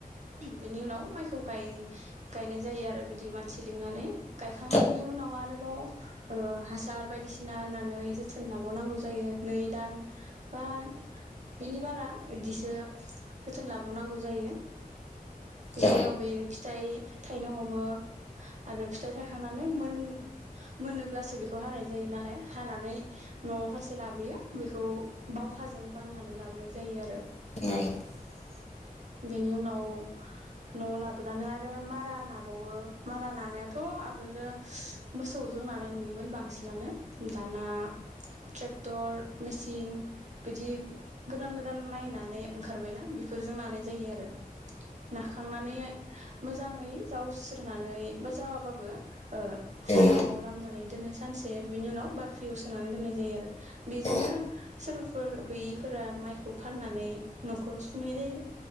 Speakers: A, on the right (about 50°); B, on the left (about 45°).
A: बेनि उनाव माइखौ गायनाय जायो आरो बिदि मानसि लिंनानै। गायखांनायनि
B: नंगौ
A: उनाव आरोबाव ओ हासार बायदि बायदिसिना होनानै जोथोन लाबावनांगौ जायो नै दान बा बेनि बारा बिदिसो जोथोन लाबावनांगौ जायो। बेनि
B: औ
A: उनाव बेयो फिथाइ थायनो हमो आरो फिथाइ थायखांनानै मोन मोनोब्लासो बेखौ हानाय। जायो नालाय हानानै न'आव फारसे लाबोयो बेखौ बावखाजों बाननानै लाबोनाय जायो आरो।
B: <unintelligible>
A: बेनि उनाव न'आव लाबोनानै आरो मारा नाबावो मारा नानायावाथ' आगोलो मोसौजों नानाय नुयोमोन बांसिन नानो दाना <unintelligible> टर मेसिन बिदि गोदान गोदान मायनानै ओंखारबायना बि फोरजों नानाय जायो आरो नाखांनानै मोजाङै जावस्रोनानै बा जावाबाबो ओ
B: नंगौ
A: सान्दुंआव लामनानै दोनोस सानसे बिनि उनाव बाख्रियाव सोनानै दोननाय जायो आरो बेजोंनो
B: औ
A: सोरबाफोर गैयिफोरा माइखौ फाननानै न'खराव सुनाय जायो